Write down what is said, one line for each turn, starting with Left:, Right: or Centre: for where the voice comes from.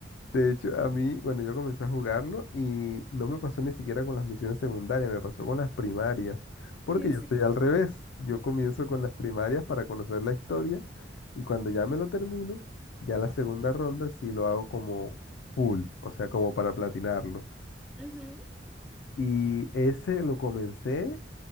Left: De hecho, a mí, bueno, yo comencé a jugarlo y no me pasó ni siquiera con las misiones secundarias, me pasó con las primarias, porque
Centre: ¿En
Left: yo
Centre: serio?
Left: soy al revés. Yo comienzo con las primarias para conocer la historia y cuando ya me lo termino, ya la segunda ronda sí lo hago como full, o sea, como para platinarlo.
Centre: Ujú,
Left: Y ese lo comencé